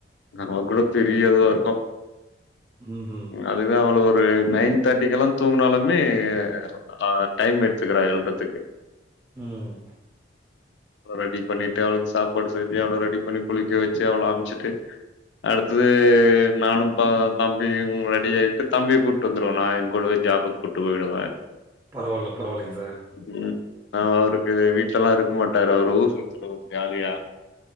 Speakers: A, on the left; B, on the right.
A: அவ கூட பெரிய இதுவாருக்கு.
B: ம்ஹு.
A: அதுதா அவள ஒரு நைன் தேட்டிக்கெல்லா தூங்குனாலுமே அ ஆ டைம் எடுத்துக்கிறா எழ்துற்திக்கு
B: ம்
A: அவ ரெடி பண்ணிட்டு அவுளுக் சாப்பாடு செஞ்சு அவ்ளோ ரெடி பண்ணி குளிக்க வெச்சு அவ்ள அம்ச்சிட்டு அடுத்தது நானு ப தம்பி ரெடி ஆயிட்டு தம்பி கூட் வந்துருவ நானே என்கூடவே ஜாபுக் கூட்டு போய்டுவ
B: பரவால்ல பரவால்லைங்க சார்
A: ம் ம் அவருக்கு வீட்லெல்லா இருக்க மாட்டாரு அவுரு ஊர் சுத்துறவர் ஜாலியா